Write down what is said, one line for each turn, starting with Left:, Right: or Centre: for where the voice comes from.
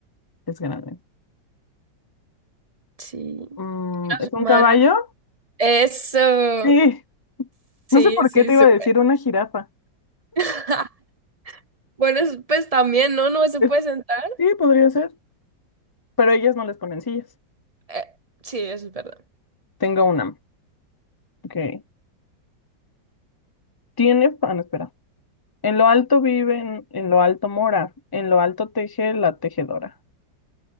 Left: es grande.
Right: Sí.
Left: Mm,
Right: Los
Left: ¿es un
Right: humanos.
Left: caballo?
Right: Eso.
Left: Sí,
Right: Sí,
Left: no sé por
Right: sí,
Left: qué te
Right: súper.
Left: iba a decir una jirafa.
Right: <laughs> Bueno, es- pues también, ¿no? No
Left: <laughs>
Right: se
Left: Es-
Right: puede sentar.
Left: sí, podría ser, pero ellas no les ponen sillas.
Right: Eh, sí, eso es verdad.
Left: Tengo una. Ok. ¿Tiene... Ah, no, espera. En lo alto viven, en lo alto mora, en lo alto teje la tejedora.